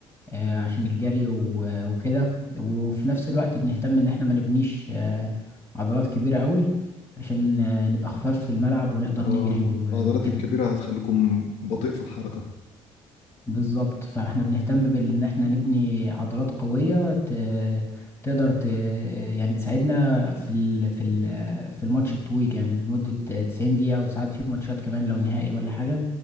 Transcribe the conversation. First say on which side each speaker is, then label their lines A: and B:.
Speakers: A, on the left; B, on the left.
A: آه، عشان الجري و- وكده وفي نفس الوقت بنهتم ان احنا ما نبنيش آه، عضلات كبيرة قوي عشان آه، نبقى خفاف في الملعب ونقدر
B: اه
A: نجري و-
B: العضلات
A: وكده
B: الكبيره هتخليكم بطيء في الحركه
A: بالظبط فاحنا بنهتم بان احنا نبني عضلات قوية ت- تقدر ت... يعني تساعدنا في ال... في ال... في الماتش الطويل يعني لمدة 90 دقيقة وساعات في ماتشات كمان لو نهائي ولا حاجة